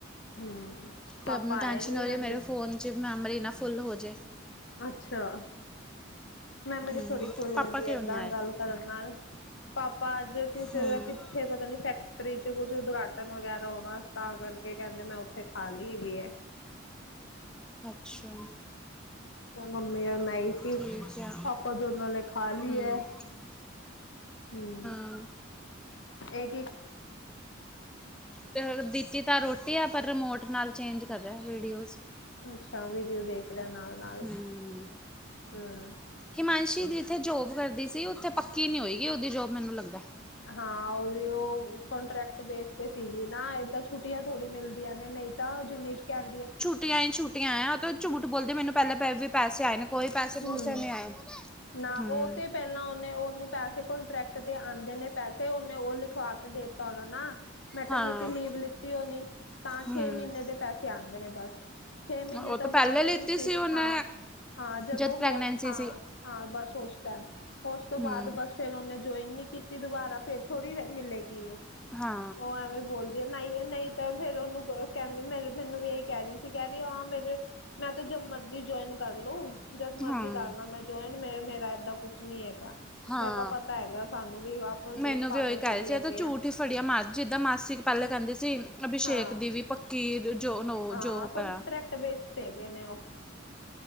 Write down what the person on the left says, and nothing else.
ਹਮ ਪਾਪਾ
ਆਏ ਨੀ
ਅੱਜ
ਅੱਛਾ ਮੈਮ ਅਜੀ
ਥੋੜ੍ਹੀ ਫੁੱਲ
ਆਉਂਦੀ
ਆ ਏਦਾਂ
ਗੱਲ ਕਰਨ ਨਾਲ ਪਾਪਾ ਅੱਜ ਕਿਸੇ
ਦਾ ਉੱਥੇ ਪਤਾ ਨੀ ਫੈਕਟਰੀ ਚ ਕੁੱਝ ਉਦਘਾਟਨ ਵਗੈਰਾ ਹੋਣਾ ਤਾਂ ਕਰਕੇ ਕਹਿੰਦੇ ਮੈਂ ਉੱਥੇ ਖਾ ਲਈ ਠੀ
ਮੰਮੀ ਨਈ ਸੀ
ਪਾਪਾ ਦੋਨਾਂ ਨੇ ਖਾ ਲਈ
ਹੈ ਹਮ
ਇਹ ਇੱਕ
ਅੱਛਾ ਵੀਡੀਓ ਦੇਖ ਲਿਆਂ ਨਾਲ ਨਾਲ
ਹਮ
ਹਾਂ ਉਹਦੇ ਉਹ ਕੰੋਂਟਰੈਕਟ ਬੇਸ ਤੇ ਸੀਗੀ ਨਾ ਇਏਦਾਂ ਛੁੱਟੀਆਂ ਥੋੜ੍ਹੀ ਮਿਲਦੀ ਆਂ ਨੇ ਨਹੀਂ ਤਾਂ ਉਹ ਜਿੰਨੀ ਚ ਕਹਿੰਦੀਏ
ਹੂੰ
ਉਹ
ਤੇ ਪਹਿਲਾਂ ਉਹਨੇ ਉਹਨੂੰ ਪੈਸੇ ਕੋਂਟਰੈਕਟ ਤੇ ਆਉਂਦੇ ਨੇ ਪੈਸੇ ਉਹਨੇ ਉਹ ਲਿਖਵਾ ਕੇ ਦਿੱਤਾ ਉਹਨਾ ਨਾ ਮੈਟਰਨਿਟੀ
ਲੀਵ ਲਿੱਤੀ ਹੋਣੀ ਤਾਂ
ਛੇ ਮਹੀਨੇ ਦੇ ਪੈਸੇ ਆਉਂਦੇ ਨੇ ਬਸ। ਛੇ ਮਹੀਨੇ
ਤੋਂ
ਬਾਅਦ ਜੇ
ਤੁਸੀਂ
ਹਾਂ ਹਾਂ ਜਦੋਂ
ਹੋ
ਹਾਂ।
ਹਾਂ ਬਸ ਉਸ ਟਾਈਮ ਉਸ ਤੋਂ
ਬਾਅਦ ਬਸ ਫੇਿਰ ਉਹਨੇ ਜੁਆਇਨ ਨੀ ਕੀਤੀ ਦੁਬਾਰਾ ਫੇਿਰ ਥੋੜੀ ਮਿਲੇਗੀ ਉਹ
ਉਹ ਐਵੇਂ ਬੋਲ ਨਹੀਂ, ਨਹੀਂ ਤਾਂ ਫੇਿਰ ਉਹਨੂੰ ਕਹਿੰਦੇ ਮੇ ਮੈਨੂੰ ਵੀ ਇਹੀ ਕਹਿ ਰਹੀ ਸੀ ਕਹਿ ਰਹੀ ਹਾਂ ਮੇਰੇ ਮੈਂ ਤੇ ਜਦ ਮਰਜ਼ੀ ਜੁਆਇਨ ਕਰ ਲੋ। ਜਦ ਮਰਜੀੀ
ਕਰ ਲ ਮੈਂ ਜੋਏ ਮੇ ਮੇਰਾ ਏਦਾਂ ਕੁਛ ਨੀ ਹੈਗਾ
ਮੇਰੇ ਕੋ ਪਤਾ ਹੈਗਾ। ਸਾਨੂੰ ਵੀ ਜਿਵੇਂ
ਪਾਗਲ
ਥੋੜ੍ਹੀ
ਹੈਗੇ
ਆ
ਹਾਂ
ਹਾਂ
ਕੰਟਰੈਕਟ
ਬੇਸ ਤੇ ਹੈਗੇ ਨੇ ਉਹ